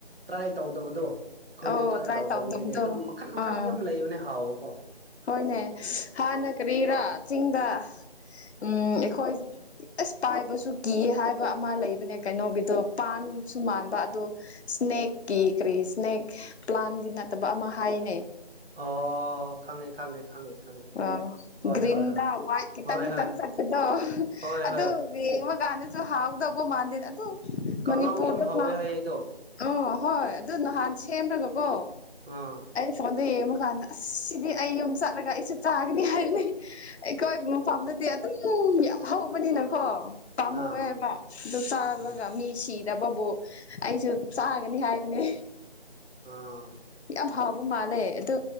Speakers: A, on the right; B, on the left.
A: ꯇ꯭ꯔꯥꯏ ꯇꯧꯗꯕꯗꯣ ꯑꯩꯈꯣꯏꯅ
B: ꯑꯣ
A: ꯇ꯭ꯔꯥꯏ ꯇꯧꯗꯕꯒꯤꯅꯦ
B: ꯇꯧꯗꯕꯗꯣ
A: ꯑꯗꯨꯝ ꯃꯈꯟ ꯃꯈꯟ
B: ꯑꯥ
A: ꯌꯥꯝ ꯂꯩꯕꯅꯦ ꯍꯥꯎꯕꯀꯣ
B: ꯍꯣꯏꯅꯦ ꯍꯥꯟꯅ ꯀꯔꯤꯔꯥ ꯆꯤꯡꯗ ꯎꯝ ꯑꯩꯈꯣꯏ ꯑꯁ ꯄꯥꯏꯕꯁꯨ ꯀꯤꯌꯦ ꯍꯥꯏꯕ ꯑꯃ ꯂꯩꯕꯅꯦ ꯀꯩꯅꯣꯒꯤꯗꯣ ꯄꯥꯟꯁꯨ ꯃꯥꯟꯕ ꯑꯗꯣ ꯏꯁ꯭ꯅꯦꯛꯀꯤ ꯀ꯭ꯔꯤ ꯏꯁ꯭ꯅꯦꯛ ꯄ꯭ꯂꯥꯟꯗꯤ ꯅꯠꯇꯕ ꯑꯃ ꯍꯥꯏꯅꯦ
A: ꯑꯣ ꯈꯪꯉꯦ ꯈꯪꯉꯦ ꯈꯪꯉꯦ ꯈꯪꯉꯦ
B: ꯑꯣ
A: ꯍꯣꯏ
B: ꯒꯔꯤꯟꯗ
A: ꯍꯣꯏ ꯍꯣꯏ
B: ꯋꯥꯏꯠ ꯈꯤꯇꯪ
A: ꯍꯣꯏ
B: ꯈꯤꯇꯪ
A: ꯍꯣꯏ
B: ꯆꯠꯄꯗꯣ
A: ꯍꯣꯏ
B: ꯑꯗꯨ
A: ꯍꯣꯏ
B: ꯌꯦꯡꯕꯀꯥꯟꯗꯁꯨ ꯍꯥꯎꯗꯧꯕ ꯃꯥꯥꯟꯗꯦꯗ ꯑꯗꯨ
A: ꯀꯥꯡꯉꯥꯎ
B: ꯃꯅꯤꯄꯨꯔꯗ
A: ꯌꯥꯝ ꯍꯥꯎꯋꯦ
B: ꯐꯥ
A: ꯍꯥꯏꯌꯦ ꯑꯗꯣ
B: ꯑꯣ ꯍꯣꯏ ꯑꯗꯨ ꯅꯍꯥꯟ ꯁꯦꯝꯃꯒ ꯀꯣ
A: ꯑꯥ
B: ꯐꯣꯟꯗ ꯌꯦꯡꯕꯀꯥꯟꯗ ꯑꯁ ꯁꯤꯗꯤ ꯑꯩ ꯌꯨꯝ ꯆꯠꯂꯒ ꯑꯩꯁꯨ ꯆꯥꯒꯅꯤ ꯍꯥꯏꯕꯅꯦ ꯑꯩꯈꯣꯏꯕꯨ ꯁꯣꯝꯗꯗꯤ ꯑꯗꯨꯝ ꯌꯥꯝ ꯍꯧꯕꯅꯤꯅꯀꯣ ꯄꯥꯝꯃꯨꯌꯦꯕꯀꯣ
A: ꯑꯥ
B: ꯑꯗꯨ ꯆꯥꯕꯒ
A: ꯑꯥ
B: ꯃꯤ ꯁꯤꯗꯕꯕꯨ ꯑꯩꯁꯨ ꯆꯥꯒꯅꯤ ꯍꯥꯏꯕꯅꯦ
A: ꯑꯥ
B: ꯌꯥꯝ ꯍꯥꯎꯕ ꯃꯥꯜꯂꯦ ꯑꯗꯨ